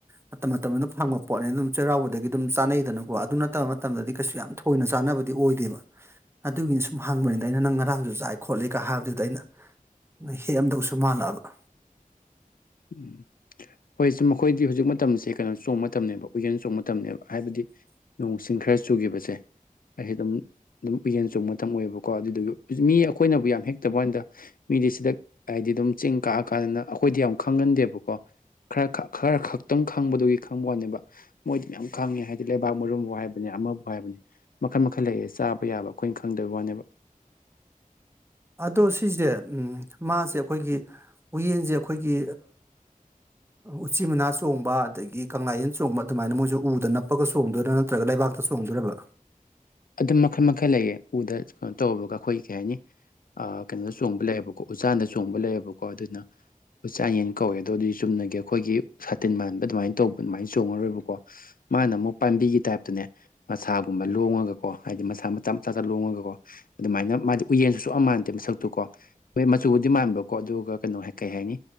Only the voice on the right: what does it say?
ꯃꯇꯝ ꯃꯇꯝꯗꯨ ꯑꯗꯨꯅ ꯐꯪꯕ ꯄꯣꯠꯅꯤꯅ ꯑꯗꯨꯝ ꯆꯩꯔꯥꯎꯕꯗꯒꯤ ꯑꯗꯨꯝ ꯆꯥꯅꯩꯗꯅꯀꯣ ꯑꯗꯨ ꯅꯠꯇꯕ ꯃꯇꯝꯗꯗꯤ ꯀꯩꯁꯨ ꯌꯥꯝ ꯇꯣꯏꯅ ꯆꯥꯟꯅꯕꯗꯤ ꯑꯣꯏꯗꯦꯕ ꯑꯗꯨꯒꯤꯅꯤ ꯁꯨꯝ ꯍꯪꯕꯅꯤꯗ ꯑꯩꯅ ꯅꯪ ꯉꯔꯥꯡꯁꯨ ꯆꯥꯏ ꯈꯣꯠꯂꯤꯒ ꯍꯥꯏꯕꯗꯨꯗ ꯑꯩꯅ ꯅꯣꯏ ꯍꯦꯛ ꯑꯃꯝꯗꯧꯁꯨ ꯃꯥꯜꯂꯛꯑꯕ
ꯑꯗꯣ ꯁꯤꯁꯦ ꯃꯥꯁꯦ ꯑꯩꯈꯣꯏꯒꯤ ꯎꯌꯦꯟꯁꯦ ꯑꯩꯈꯣꯏꯒꯤ ꯑꯣ <inaudible> ꯎꯆꯤ ꯃꯅꯥ ꯆꯣꯡꯕ ꯑꯗꯒꯤ ꯀꯪꯂꯥꯌꯦꯟ ꯆꯣꯡꯕ ꯑꯗꯨꯃꯥꯏꯅ ꯃꯣꯏꯁꯨ ꯎꯗ ꯅꯞꯄꯒ ꯆꯣꯡꯗꯣꯏꯔꯥ ꯅꯠꯇ꯭ꯔꯒ ꯂꯩꯕꯥꯛꯇ ꯆꯣꯡꯗꯣꯏꯔꯕ